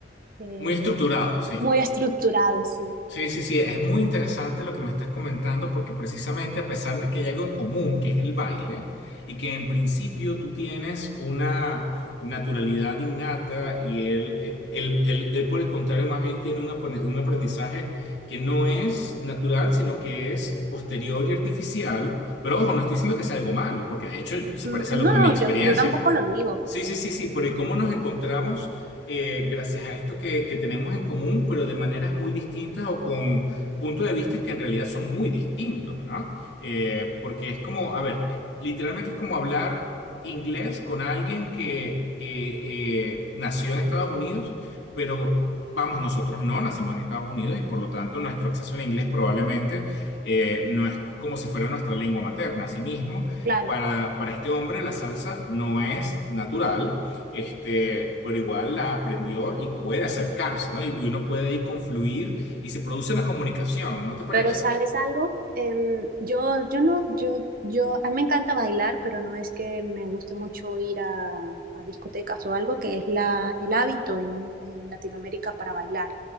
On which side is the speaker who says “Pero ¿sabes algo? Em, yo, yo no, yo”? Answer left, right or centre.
Right